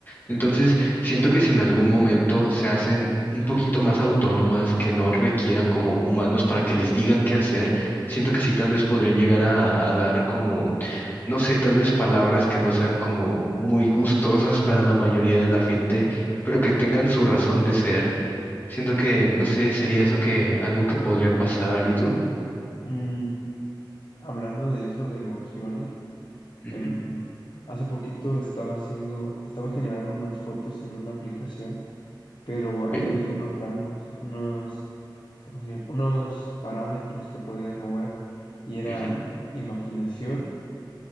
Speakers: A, on the left; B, on the left.
A: Entonces,
B: Sí,
A: siento que si en algún momento se hacen un poquito más autónomas, que no requieran como humanos para que les digan qué hacer, Siento que sí, tal vez podrían llegar a, a dar como, no sé, tal vez palabras que no sean como muy gustosas para la mayoría de la gente,
B: Ya.
A: pero que tengan su razón de ser. Siento que,
B: sí.
A: no sé, sería eso que algo que podría pasar, ¿y tú?
B: Mm, hablando de eso, de emociones,
A: Ujú,
B: em, hace poquito estaba haciendo, estaba generando unas fotos en una aplicación, pero ahí
A: ok,
B: había unos rangos, unos, ¿cómo se llama? Unos parámetros que podías mover y era
A: ujú,
B: imaginación,